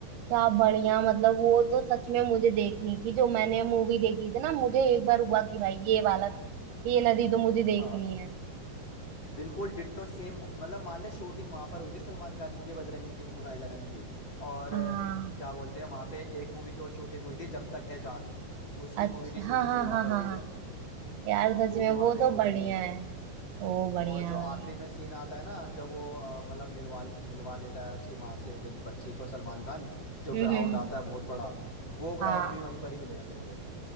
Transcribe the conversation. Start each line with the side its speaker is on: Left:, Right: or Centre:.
Right: क्या बढ़िया मतलब वो तो सच में मुझे देखनी थी जो मैंने मूवी देखी थी ना मुझे एक बार हुआ कि भाई ये वाला से ये नदी तो मुझे देखनी
Left: हाँ
Right: है
Left: बिल्कुल डिट्टो सेम मतलब मान ले शूटिंग वहां पर हुई थी सलमान खान की बजरंगी भाईजान की और
Right: हाँ
Left: अ, क्या बोलते हैं वहां पे एक मूवी की और शूटिंग हुई थी जब तक है जान उसकी
Right: अच्छा
Left: मूवी की
Right: हाँ
Left: शूटिंग
Right: हाँ
Left: भी
Right: हाँ
Left: वहां पर
Right: हाँ
Left: हुई
Right: हाँ
Left: है
Right: यार सच
Left: वो
Right: में
Left: भी
Right: वो
Left: वहां पे
Right: तो
Left: शूट
Right: बढ़िया
Left: हुई हुई है
Right: है वो बढ़िया
Left: और जो
Right: है
Left: आखिरी
Right: भाई
Left: में सीन आता है ना जब वो अ, मतलब मिलवा मिलवा देता है उसकी माँ से ब- बच्ची को सलमान खान जो
Right: हम्म
Left: ग्राउंड
Right: हम्म,
Left: आता है बहुत बड़ा वो ग्राउंड
Right: हाँ
Left: भी वहीं पर ही मिलेगा तेरे को